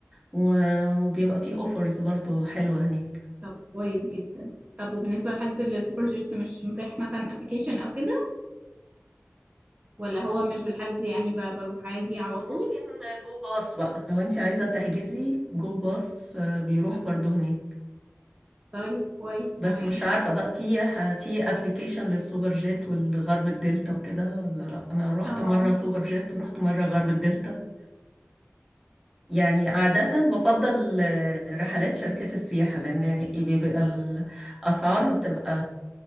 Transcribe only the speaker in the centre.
و- وبيبقى فيه اوفرز برضو حلوة هناك
آه،
ممكن جو باص باص بقى لو انت عايزة تحجزي جو باص آه، بيروح برضو هناك
بس مش عارفة بقى في ح- في ابلكيشن للسوبر جيت والغرب الدلتا وكده ولا لا انا رحت
مرة سوبر جيت ورحت مرة غرب الدلتا يعني عادة بفضل آه، رحلات شركات السياحة لان بيبقى الاسعار بتبقى